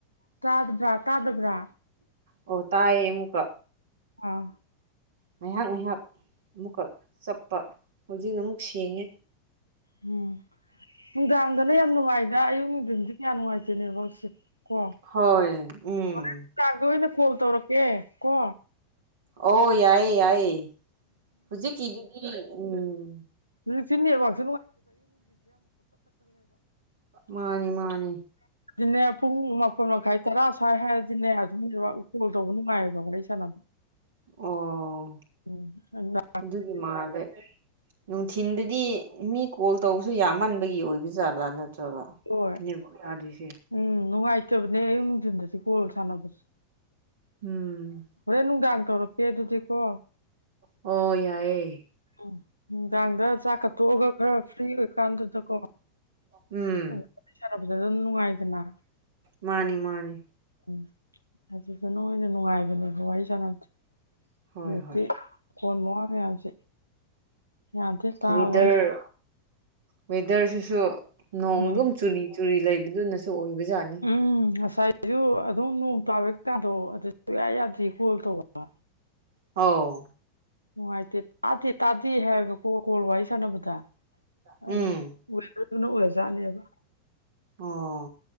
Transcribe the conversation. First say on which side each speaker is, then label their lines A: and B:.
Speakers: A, on the right (about 85°); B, on the right (about 60°).
A: ꯇꯥꯗꯕ꯭ꯔꯥ ꯇꯥꯗꯕ꯭ꯔꯥ
B: ꯑꯣ ꯇꯥꯏꯌꯦ ꯑꯃꯨꯀ
A: ꯑꯥ
B: ꯉꯥꯏꯍꯥꯛ ꯉꯥꯏꯍꯥꯛ ꯑꯃꯨꯛꯀ ꯆꯞꯄ ꯍꯧꯖꯤꯛꯅ ꯑꯃꯨꯛ ꯁꯦꯡꯉꯦ
A: ꯎꯝ ꯅꯨꯡꯗꯥꯡꯗꯅ ꯌꯥꯝ ꯅꯨꯡꯉꯥꯏꯗ ꯑꯌꯨꯛ ꯅꯨꯡꯊꯤꯟꯗꯤ ꯀꯌꯥ ꯅꯨꯡꯉꯥꯏꯇꯦ ꯅꯦꯠꯋꯥꯛꯁꯦ ꯀꯣ
B: ꯍꯣꯏ ꯎꯝ
A: ꯍꯣꯔꯦꯟ ꯀꯥꯡꯗ ꯑꯣꯏꯅ ꯀꯣꯜ ꯇꯧꯔꯛꯀꯦ ꯀꯣ
B: ꯑꯣ ꯌꯥꯏꯌꯦ ꯌꯥꯏꯌꯦ ꯍꯧꯖꯤꯛꯀꯤꯗꯨꯗꯤ ꯎꯝ
A: ꯍꯨꯖꯤꯛꯁꯤ ꯅꯦꯠꯋꯥꯛ
B: ꯃꯥꯅꯤ ꯃꯥꯅꯤ
A: ꯑꯗꯨꯅꯦ ꯄꯨꯡ ꯃꯥꯄꯟ ꯃꯈꯥꯏ ꯇꯔꯥ ꯁ꯭ꯋꯥꯏ ꯍꯥꯏꯔꯗꯤꯅꯦ ꯑꯗꯨꯝ ꯅꯦꯠꯋꯥꯛ ꯀꯣꯜ ꯇꯧꯕ ꯅꯨꯡꯉꯥꯏꯌꯦꯕꯥ ꯋꯥꯔꯤꯁꯥꯟꯅ
B: ꯑꯣ
A: ꯎꯝ ꯈꯪꯕ
B: ꯑꯗꯨꯒꯤ ꯃꯥꯜꯂꯦ ꯅꯨꯡꯊꯤꯟꯗꯗꯤ ꯃꯤ ꯀꯣꯜ ꯇꯧꯕꯁꯨ ꯌꯥꯝꯃꯟꯕꯒꯤ ꯑꯣꯏꯕ ꯔꯥ ꯅꯠꯇ꯭ꯔꯒ
A: ꯍꯣꯏ
B: ꯅꯦꯠꯋꯥꯛ ꯌꯥꯔ ꯍꯨꯖꯤꯁꯦ
A: ꯎꯝ ꯅꯨꯡꯉꯥꯏꯇꯕꯅꯦ ꯑꯌꯨꯛ ꯅꯨꯡꯊꯤꯟꯗꯁꯨ ꯀꯣꯜ ꯁꯥꯟꯅꯕꯁꯤ
B: ꯎꯝ
A: ꯍꯣꯔꯦꯟ ꯅꯨꯡꯗꯥꯡ ꯇꯧꯔꯛꯀꯦ ꯑꯗꯨꯗꯤꯀꯣ
B: ꯑꯣ ꯌꯥꯏꯌꯦ
A: ꯎꯝ ꯎ ꯅꯨꯡꯗꯥꯡꯗ ꯆꯥꯛ ꯀꯠꯇꯣꯛꯑꯒ ꯈꯔ ꯐ꯭ꯔꯤ ꯑꯣꯏꯀꯥꯟꯗꯨꯗꯀꯣ
B: ꯎꯝ
A: ꯑꯥ ꯋꯥꯔꯤ ꯁꯥꯅꯕꯥꯗꯗꯨꯝ ꯅꯨꯉꯥꯏꯗꯅꯥ
B: ꯃꯥꯅꯤ ꯃꯥꯅꯤ
A: ꯎꯝ ꯑꯗꯨꯗ ꯅ ꯑꯣꯏꯅ ꯅꯨꯡꯉꯥꯏꯕꯅꯦꯕ ꯋꯥꯔꯤ ꯁꯥꯟꯅꯕ
B: ꯍꯣꯏ
A: ꯍꯧꯖꯤꯛꯇꯤ
B: ꯍꯣꯏ
A: ꯀꯣꯟ ꯃ ꯃꯌꯥꯝꯁꯦ ꯌꯥꯝ ꯊꯤ ꯇꯥꯕ
B: ꯋꯦꯗꯔ
A: ꯑꯩꯁꯦ
B: ꯋꯦꯗꯔꯁꯤꯁꯨ ꯅꯣꯡꯗꯨꯝ
A: ꯎꯝ
B: ꯆꯨꯔꯤ ꯆꯨꯔꯤ ꯂꯩꯕꯗꯨꯅꯁꯨ ꯑꯣꯏꯕ ꯌꯥꯅꯤ
A: ꯎꯝ ꯉꯁꯥꯏꯁꯨ ꯑꯗꯨꯝ ꯅꯣꯡ ꯇꯥꯕꯀꯥꯟꯗꯣꯛ ꯑꯗꯨ ꯁꯨꯌꯥ ꯌꯥꯗꯦ ꯀꯣꯜ ꯇꯧꯕ
B: ꯑꯥꯎ
A: ꯅꯨꯡꯉꯥꯏꯇꯦ ꯇꯥꯗꯦ ꯇꯥꯗꯦ ꯍꯥꯏꯒ ꯀꯣ ꯀꯣꯜ ꯋꯥꯔꯤ ꯁꯥꯟꯅꯕꯗ
B: ꯎꯝ
A: ꯑꯗꯨ ꯋꯦꯗꯔꯗꯨꯅ ꯑꯣꯏꯔꯖꯥꯠꯅꯦꯕ
B: ꯑꯣ